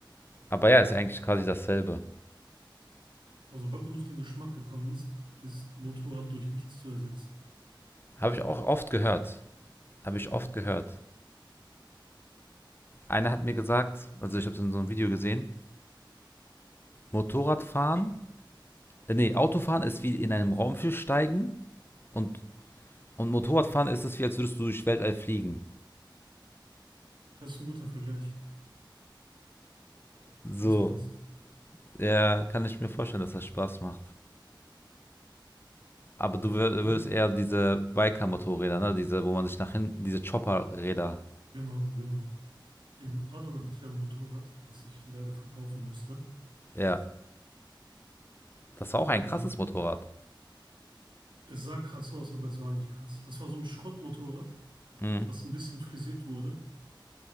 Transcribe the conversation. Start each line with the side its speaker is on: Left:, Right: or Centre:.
Left: Aber ja, ist ja eigentlich quasi dasselbe.
Right: Aber sobald man auf den Geschmack gekommen ist, ist Motorrad durch nichts zu ersetzen.
Left: Habe ich auch oft gehört. Habe ich
Right: Ja,
Left: oft gehört. Einer hat mir gesagt, also ich habe es in so einem Video gesehen, Motorradfahren, äh, nee, Autofahren ist wie in einem Raumschiff steigen und, und Motorradfahren ist es wie, als würdest du durch Weltall fliegen.
Right: das ist ein guter Vergleich.
Left: So.
Right: Das passt.
Left: Ja, kann ich mir vorstellen, dass das Spaß macht. Aber
Right: Ja.
Left: du wür-
Right: In,
Left: würdest eher diese Biker-Motorräder, ne? Diese, wo man sich nach hinten, diese Chopper-Räder.
Right: genau, genau. In Adana hatte ich ja ein Motorrad, was ich leider verkaufen musste.
Left: Ja. Das war auch ein
Right: War,
Left: krasses Motorrad.
Right: es sah krass aus, aber es war nicht krass. Das war so ein Schrottmotorrad,
Left: Mhm.
Right: was ein bisschen frisiert wurde.